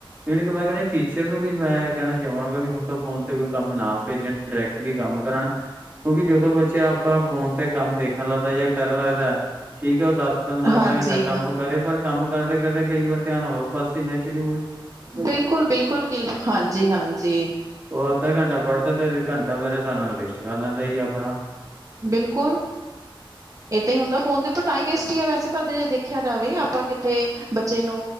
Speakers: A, on the right (about 20°); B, on the right (about 40°).
A: ਜਿਵੇ ਕਿ ਮੈਂ ਕਹਿੰਦਾ ਟੀਚਰ ਨੂੰ ਵੀ ਮੈਂ ਕਹਿਣਾ ਚਾਹਵਾਂਗਾ ਵੀ ਹੁਣ ਤਾਂ ਫੋਨ ਤੇ ਕੋਈ ਕੰਮ ਨਾ ਭੇਜਣ ਡਾਇਰੈਕਟਲੀ ਕੰਮ ਕਰਨ ਕਿਉਂਕਿ ਜਦੋਂ ਬੱਚੇ ਆਪਾਂ ਫੋਨ ਤੇ ਕੰਮ ਦੇਖ ਦੇਖਣ ਲੱਗਦਾ ਜਾਂ ਕਰਨ ਲੱਗਦਾ ਐ ਠੀਕ ਹੈ ਉਹ ਦੱਸ <unintelligible> ਪੰ ਮੜ ਅੱਧਾ
B: ਹਾਂਜੀ।
A: ਘੰਟਾ ਕੰਮ ਕਰੇ ਪਰ ਕੰਮ <unintelligible> ਕਰਦੇ ਕਰਦੇ ਕਈ ਵਾਰ ਧਿਆਨ ਹੋਰ ਪਾਸੇ ਨੈਚੁਲੀ
B: ਬਿਲਕੁਲ ਬਿਲਕੁਲ ਕਿ ਹਾਂਜੀ ਹਾਂਜੀ।
A: ਉਹ ਅੱਧਾ ਘੰਟਾ ਪੜ੍ਹਦਾ ਤੇ ਘੰਟਾ ਮੇਰੇ ਸਾਬ ਨਾਲ ਵੇਸਟ ਕਰ ਲੈਂਦਾ ਜੀ ਆਪਣਾ।
B: ਬਿਲਕੁਲ ਏਦਾਂ ਹੀ ਹੁੰਦਾ ਫੋਨ ਤੇ ਉਪਰ ਟਾਈਮ ਵੇਸਟ ਆ ਵੈਸੇ ਤਾਂ ਦੇਖਿਆ ਜਾਵੇ ਆਪਾ ਕਿਤੇ ਬੱਚੇ ਨੂੰ